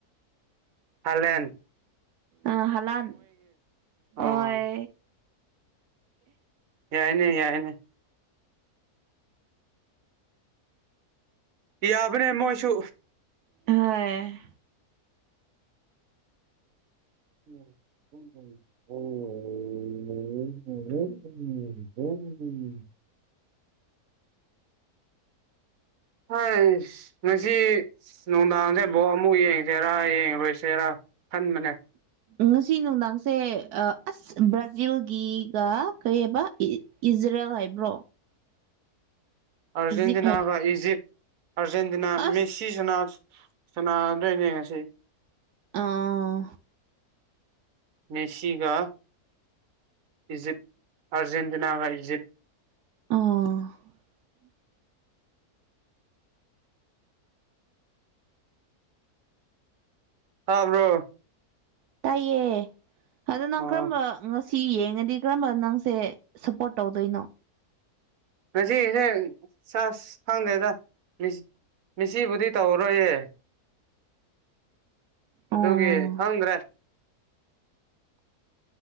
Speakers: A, on the right; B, on the right.
A: ꯍꯂꯦꯟ
B: ꯑꯥ ꯍꯂꯥꯟ
A: ꯑꯣ
B: ꯑꯣꯏ
A: ꯌꯥꯏꯅꯦ ꯌꯥꯏꯅꯦ ꯌꯥꯕꯅꯦ ꯃꯣꯏꯁꯨ
B: ꯍꯣꯏ
A: <inaudible> <inaudible> ꯍꯥꯏꯁ ꯉꯁꯤ ꯅꯨꯡꯗꯥꯡꯁꯦ ꯕꯣꯝ ꯑꯃꯨꯛ ꯌꯦꯡꯁꯦꯔꯥ ꯌꯦꯡꯉꯔꯣꯏꯁꯦꯔ ꯈꯟꯕꯅꯦ
B: ꯉꯁꯤ ꯅꯨꯡꯗꯥꯡꯁꯦ ꯑ ꯑꯁ ꯕ꯭ꯔꯥꯖꯤꯜꯒꯤ ꯒ ꯀꯔꯤꯍꯕ ꯏ ꯏꯖ ꯖꯔꯦꯜ ꯍꯥꯏꯕ꯭ꯔꯣ
A: ꯑꯔꯖꯦꯟꯇꯤꯅꯥꯒ
B: ꯏꯖꯤꯞ ꯍꯥꯏ
A: ꯏꯖꯤꯞ ꯑꯥꯔꯖꯦꯟꯇꯤꯅꯥ
B: ꯑꯁ
A: ꯃꯦꯁꯤ ꯁꯅꯥ ꯁꯅꯥꯗ꯭ꯔꯦꯅꯦ ꯉꯁꯤ
B: ꯑꯥ
A: ꯃꯦꯁꯤꯒꯥ ꯏꯖꯤꯞ ꯑꯔꯖꯦꯟꯇꯤꯅꯥꯒ ꯏꯖꯤꯞ
B: ꯑꯣ
A: ꯇꯥꯕ꯭ꯔꯣ
B: ꯇꯥꯏꯌꯦ ꯑꯗꯣ ꯅꯪ
A: ꯑꯣ
B: ꯀꯔꯝꯕ ꯉ ꯁꯤ ꯌꯦꯡꯉꯗꯤ ꯀꯔꯝꯕ ꯅꯪꯁꯦ ꯁꯞꯄꯣꯔꯠ ꯇꯧꯗꯣꯏꯅꯣ
A: ꯉꯁꯤꯁꯦ ꯆꯥꯁ ꯈꯪꯗꯦꯗ ꯃꯤꯁ ꯃꯤꯁꯤꯕꯨꯗꯤ ꯇꯧꯔꯣꯏꯌꯦ
B: ꯑꯣ
A: ꯑꯗꯨꯒꯤ ꯈꯪꯗ꯭ꯔꯦ